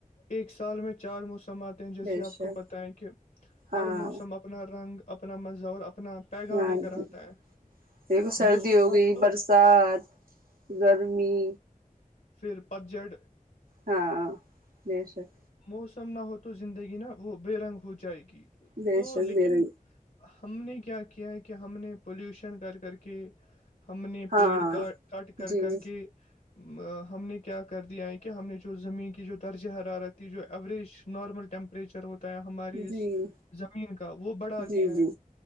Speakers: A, on the left; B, on the right.
A: ایک سال میں چار موسم آتے ہیں جیسے
B: بے
A: آپ
B: شک
A: کو پتا ہے کہ
B: ہاں
A: ہر موسم اپنا رنگ اپنا مزہ اور اپنا پیغام
B: ہاں
A: لے کر آتا
B: جی
A: ہے
B: دیکھو سردی
A: موسم
B: ہو
A: نہ
B: گئی
A: تو
B: برسات گرمی
A: پھر پتجڑ
B: ہاں بے شک
A: موسم نہ ہو تو زندگی نا وہ بے رنگ ہو جائے گی
B: بے
A: تو
B: شک
A: لیکن
B: میرے
A: ہم نے کیا کیا ہے کہ ہم نے پولوشن کر کر کے ہم نے
B: ہاں
A: پیڑ کا کٹ کر
B: جی
A: کر کے ہم نے کیا کر دیا ہے کہ ہم نے جو زمین کی جو درجہ حرارت تھی جو ایوریج نارمل ٹیمپریچر ہوتا ہے ہماری اس
B: جی
A: زمین کا وہ بڑھا
B: جی
A: دیا
B: جی
A: ہے